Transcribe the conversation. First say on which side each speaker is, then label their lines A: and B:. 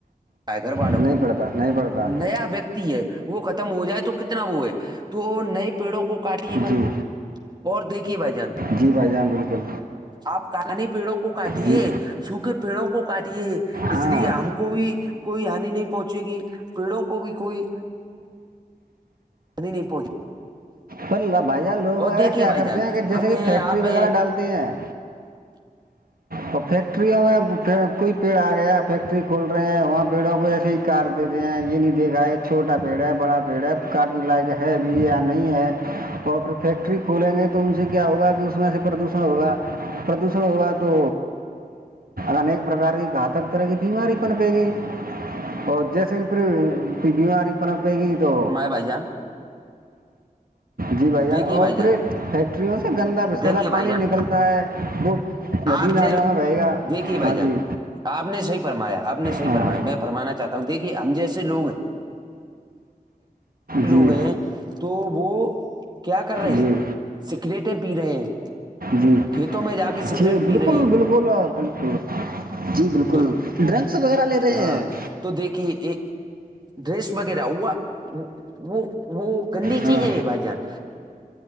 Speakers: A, on the right; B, on the right.
A: ٹائ گگر بالو
B: نہیں پڑتا نہیں پڑتا
A: نیا ویکتی ہے وہ ختم ہو جائے تو کتنا وہ ہے تو نئے پیڑوں کو کاٹیے مت
B: جی
A: اور دیکھیے بھائی جان
B: جی بھائی جان بالکل
A: آپ کانے پیڑوں کو کاٹیے
B: جی
A: سوکھے پیڑوں کو کاٹ ہے اس
B: ہاں
A: لیے ہم کو بھی کوئی ہانی نہیں پہنچے گی پیڑوں کو بھی کوئی کد نہیں پنچ
B: پر بھائی جان لوگ وغیرہ
A: دیکھیے
B: کیا
A: بھائی
B: کرتے
A: جان
B: ہیں کہ جیسے
A: ہمیں
B: کہ فیکٹری
A: آپ
B: وغیرہ
A: ہیں،
B: ڈالتے ہیں
A: <unintelligible>
B: تو فیکٹریوں میں پھر کوئی پیڑ آ گیا فیکٹری کھول رہے ہیں وہاں پیڑوں کو ایے ہی کاٹ دیتے ہیں یہ نہیں دیکھا ہے چھوٹا پیڑ ہے بڑا پیڑ ہے کاٹنے لائق ہے بھی یا نہیں ہے اور پھر فیکٹری کھولیں گے تو ان سے کیا ہوگا کہ اس میں سے پردوشن ہوگا پردوشن ہوا تو انیک پرکار کی گھاتک طرح کی بیماری پن پے گی اور جیسے کہ پھر بیماری پنپے گی تو
A: بائی جان
B: جی بھائی
A: دیکھیے
B: اور
A: جان
B: پھرے فیکٹریوں سے گندا وسلا
A: دیکھیے بھائی
B: پانی
A: جان
B: نکلتا ہے
A: آپ
B: ندی نالوں
A: جی
B: میں بہے گا
A: دیکھیے بھائی
B: ہاں
A: جان
B: جی
A: آپ نے صحیح فرمایا آپ نے صحیح
B: ہاں
A: فرمایا میں رانا چاہتا ہوں دھیے ہم جیسےوگ ہیں لوگ
B: جی
A: ہیں تو وہ کیا کر رہے
B: جی
A: ہیں سگریٹیں پی رہے ہیں
B: جی
A: کھیتوں میں جا کے سگریٹ
B: جی
A: پی
B: بالکل
A: رہے ہیں
B: بالکل آ بالکل جی بالکل
A: تو
B: ڈرنکس وغیرہ لے رہے
A: ہاں
B: ہیں
A: تو دیکھیے ڈریس وغیرہ وہ وہ وہ گندی
B: ہاں
A: چیز ہے یہ بھائی جان